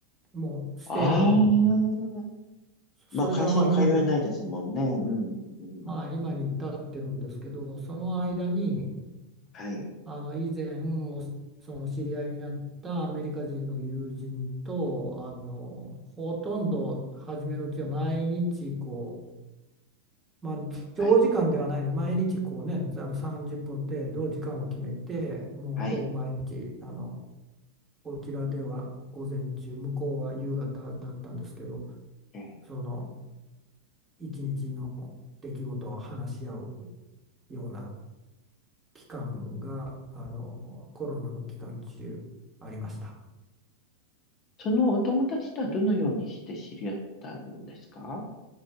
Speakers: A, on the right; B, on the left.
A: もうステイホームを
B: ああ。
A: それからまあ今に、
B: まあ、会社に通えないですもんね。うん、うん、うん。
A: はい、今に至ってるんですけどその間に
B: はい、
A: あの以前おその知り合いになったアメリカ人の友人とあのほとんど初めのうちは毎日こう、まあ、長時間ではないので毎日こうねあの30分程度時間を決めてもうほぼ毎日あの
B: はい、はい。
A: こちらでは午前中向こうは夕方だったんですけど
B: ええ。
A: その一日の出来事を話し合うような期間があのコロナの期間中ありました。
B: そのお友達とはどのようにして知り合ったんですか